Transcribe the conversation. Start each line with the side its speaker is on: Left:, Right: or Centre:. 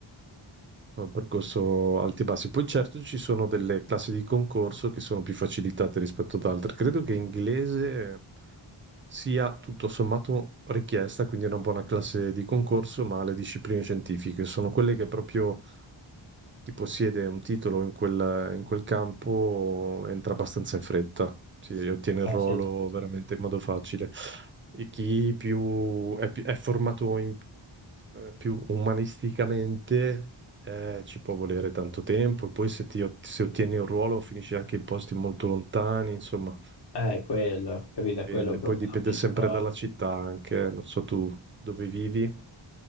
Right: un percorso alti e bassi. Poi certo ci sono delle classi di concorso che sono più facilitate rispetto ad altre. Credo che inglese sia tutto sommato richiesta, quindi una buona classe di concorso, ma le discipline scientifiche sono quelle che proprio chi possiede un titolo in quel, in quel campo entra abbastanza in fretta, si Sì. ottiene il
Left: Ah,
Right: ruolo
Left: sì.
Right: veramente in modo facile. E chi più è, pi- è formato in- eh, più umanisticamente eh, ci può volere tanto tempo, e poi se, ti ot- se ottieni un ruolo finisci anche in posti molto lontani, insomma,
Left: Eh, quello, capito,
Right: dipende.
Left: è quello il problema
Right: Poi dipende
Left: principale.
Right: sempre dalla città anche, eh. non so tu dove vivi,